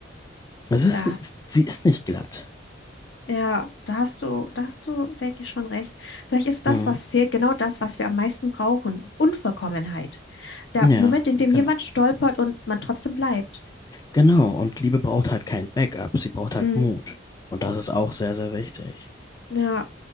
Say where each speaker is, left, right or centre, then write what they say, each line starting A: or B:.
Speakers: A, on the left (about 20°); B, on the left (about 70°).
A: Es ist,
B: das.
A: sie ist nicht glatt.
B: Ja, da hast du, da hast du, denke ich, schon recht. Vielleicht ist
A: Hm.
B: das, was fehlt, genau das, was wir am meisten brauchen. Unvollkommenheit. Der
A: Ja,
B: Moment, in dem
A: genau.
B: jemand stolpert und man trotzdem bleibt.
A: Genau. Und Liebe braucht halt kein Backup. Sie braucht halt
B: Mm,
A: Mut. Und das ist auch sehr, sehr wichtig.
B: ja,